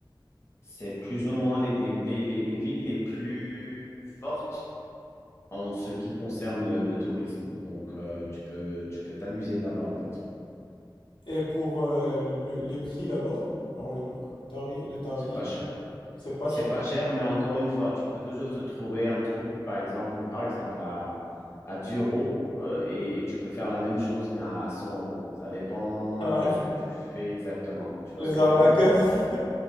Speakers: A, on the left; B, on the left.
A: C'est plus ou moins les, les, les, les- les villes les plus fortes en ce qui concerne le, le tourisme. Donc, euh, tu peux, tu peux t'amuser là-bas, en fait.
B: Et pour euh, le- les prix là-bas, genre le tarif, les tarifs,
A: C'est pas cher.
B: c'est pas
A: C'est
B: cher.
A: pas cher,
B: <laughs>
A: mais encore une fois, tu peux toujours te trouver un truc, par exemple, par exemple à, à 10 euh, et, et tu peux faire la même chose, mais à 100 euros. Ça dépend
B: Ah,
A: de
B: les
A: ce que tu fais exactement. Tu
B: les
A: vois ce que
B: arnaqueurs.
A: je veux dire?
B: <laughs>